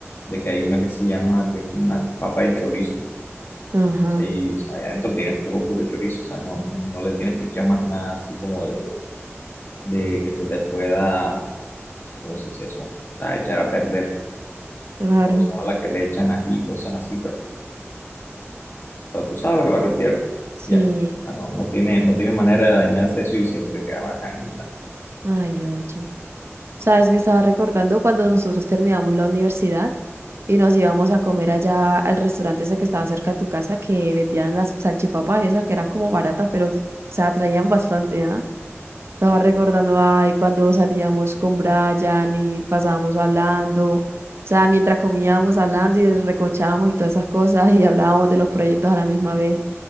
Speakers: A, on the left; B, on the right.
A: de que hay una que se llama, que es como una papa de chorizo, o
B: Ajá,
A: sea, y, o sea, ahí adentro tienes puro, puro chorizo, o sea, no, no le tienes que echar más nada así como de, de que se te pueda, como si se eso, o sea, echar a perder,
B: claro.
A: como son a las que le echan ají y cosas así, pero sea, tú sabes a lo que me refiero.
B: Sí.
A: Ya. Ah, no, no tiene, no tiene manera de dañarse eso y siempre queda bacanita.
B: Ay, oye. ¿Sabes que estaba recordando cuando nosotros terminamos la universidad y nos íbamos a comer allá al restaurante ese que estaba cerca de tu casa que vendían las salchipapas esas que eran como baratas, pero o sea, traían bastante, ¿ah? Estaba recordando, ay, cuando salíamos con Brian y pasábamos hablando, o sea, mientras comíamos hablando y recochábamos y todas esas cosas y hablábamos de los proyectos a la misma vez.